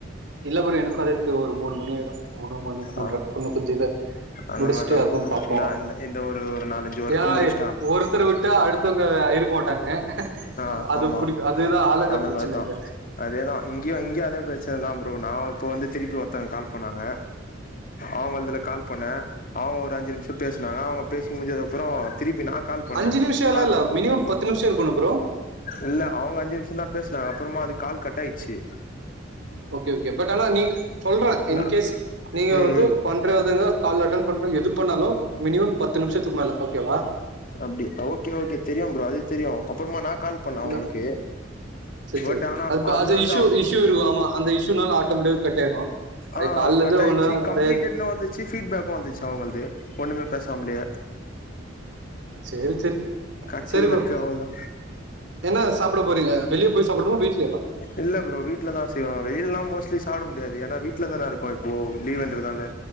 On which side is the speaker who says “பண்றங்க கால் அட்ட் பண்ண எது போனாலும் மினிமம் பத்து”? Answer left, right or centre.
Right